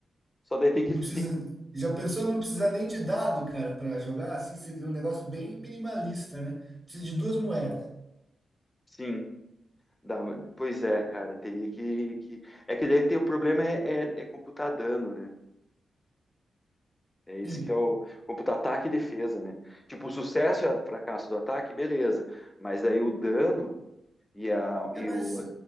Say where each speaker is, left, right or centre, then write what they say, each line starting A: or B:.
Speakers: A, on the left; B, on the right.
A: Só daí tem que
B: Não
A: tem-
B: precisa. Já pensou não precisar nem de dado, cara, para jogar assim? Você tem um negócio bem minimalista, né? Precisa de duas moedas.
A: sim. dá- pois é, cara, teria que, que... É que daí tem, o problema é, é, é computar dano, né? É isso
B: Sim.
A: que é o computar ataque e defesa, né? Tipo, o sucesso e o fracasso do ataque, beleza. Mas daí o dano e, a, e
B: É, mas
A: o.